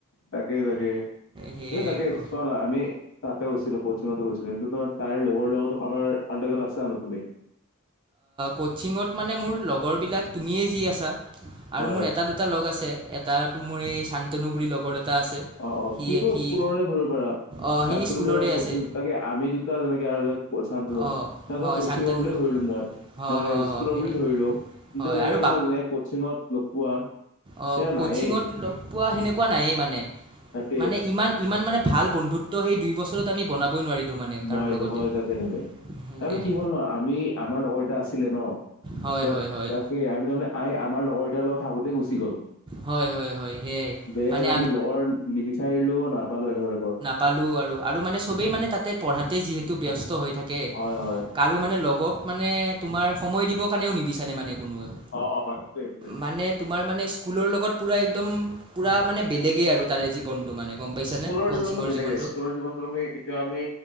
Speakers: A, on the left; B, on the right.
A: তাকে তাকে
B: সেয়াই
A: এই তাকে
B: আৰু
A: চোৱা ত' আমি তাতে গৈছিলো, কোচিঙটো গৈছিলো সেইটোতো তাইক লগৰ লগতো কাৰবাৰ কণ্টেক্ট ত আছা আৰু তুমি।
B: কচিঙত মানে মোৰ লগৰবিলাক, তুমিয়ে যি আছা
A: হয়।
B: আৰু মোৰ এটা দু টা লগ আছে এটাতো মোৰ এই শান্তনু বুলি লগৰ এটা আছে।
A: অ', অ'
B: সি
A: সিউটো
B: সি
A: স্কুলৰে ধৰিব পাৰা।
B: অঁ সি
A: তাকো
B: স্কুলৰে
A: তুমি অ' কচিঙৰ,
B: আছে
A: তাকে আমি দুটা যেনেকে আৰু ধৰ শান্তনু,
B: অঁ
A: সিহঁতক
B: হয়
A: কছিঙৰ
B: শান্তনু
A: বুলি ধৰি -লো মই,
B: হয়
A: তেনেদৰে
B: হয়
A: স্কুলৰ
B: হয় সেয়াই
A: বুলি ধৰিলো কিন্তু
B: হয়
A: এনেকে
B: আৰু
A: তোমাৰ কোচিংত লগ পোৱা
B: অ'
A: তে
B: কোচিংত
A: নায়েই
B: লগ পোৱা সেনেকুৱা নায়েই মানে,
A: তাকে।
B: মানে ইমান ইমান মানে ভাল বন্ধুত্ব সেই দুই বছৰত ত আমি বনাবই নোৱাৰিলোঁ মানে
A: নোৱাৰিলো
B: কাৰো লগতে,
A: হয় তাকে তাকে
B: সেয়াই।
A: তাৰমানে কি হ'ল ন আমি আমাৰ লগৰগিতা আছিলে ন,
B: হয়
A: ত'
B: হয় হয়
A: তাত সেই আমি তাৰমানে এই আমাৰ লগৰগিতাৰ লগত থাকোতেই গুচি গ'ল।
B: হয় হয় হয় সেয়াই
A: বেলেগ
B: মানে
A: আৰু আমি লগৰ নিবিচাৰিলোও নাপালোঁও এনেকুৱা তাইপৰ।
B: পালোঁ আৰু, আৰু মানে চবেই মানে তাতে পঢ়াতেই যিহেতু ব্যস্ত হৈ থাকে
A: হয় হয়
B: কাৰো মানে লগক মানে তোমাৰ সময় দিবৰ কাৰণেও নিবিচাৰে মানে। কোনোৱেও,
A: অ অ সেইটোৱে সেইটোৱে
B: মানে তোমাৰ মানে স্কুলৰ লগত পূৰা একদম, পূৰা মানে বেলেগেই আৰু তাৰে জীৱনটো মানে। গম পাইছানে
A: স্কুলৰ
B: ক'চিঙৰ
A: জীৱনতো বেলেগে,
B: জীৱনটো
A: স্কুলৰ জীৱনতো আমি কেতিয়াও আমি